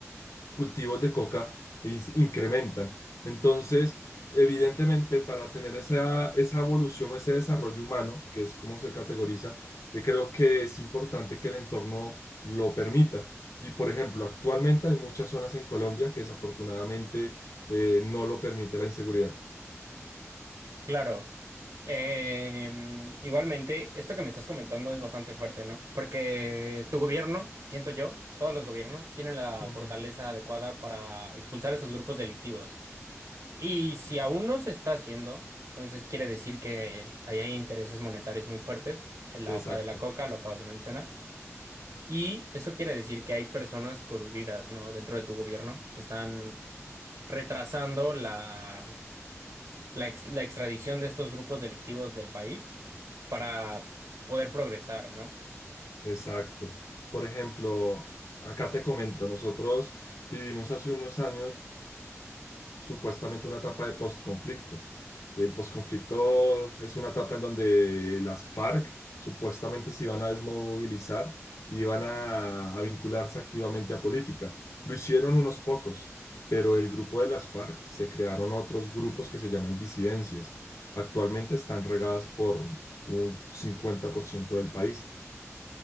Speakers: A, on the left (about 85°); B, on the right (about 80°).
A: cultivos de coca incrementan. Entonces, evidentemente, para tener esa, esa evolución, ese desarrollo humano, que es como se categoriza, eh, creo que es importante que el entorno lo permita. Y, por ejemplo, actualmente hay muchas zonas en Colombia que desafortunadamente eh, no lo permite la inseguridad.
B: Claro. Eh, igualmente, esto que me estás comentando es bastante fuerte, ¿no? Porque tu gobierno, siento yo, todos los gobiernos tienen la
A: Ujú,
B: fortaleza adecuada para expulsar a estos grupos delictivos. Y si aún no se está haciendo, entonces quiere decir que ahí hay intereses monetarios muy fuertes en la
A: Exacto,
B: hoja de la coca, lo acabas de mencionar. Y eso quiere decir que hay personas coludidas, ¿no? Dentro de tu gobierno que están retrasando la la, ex- la extradición de estos grupos delictivos del país para poder progresar, ¿no?
A: exacto. Por ejemplo, acá te comento, nosotros vivimos hace unos años supuestamente una etapa de postconflicto. El postconflicto es una etapa en donde las FARC supuestamente se iban a desmovilizar y iban a, a vincularse activamente a política. Lo hicieron unos pocos, pero el grupo de las FARC se crearon otros grupos que se llaman disidencias. Actualmente están regadas por un 50% del país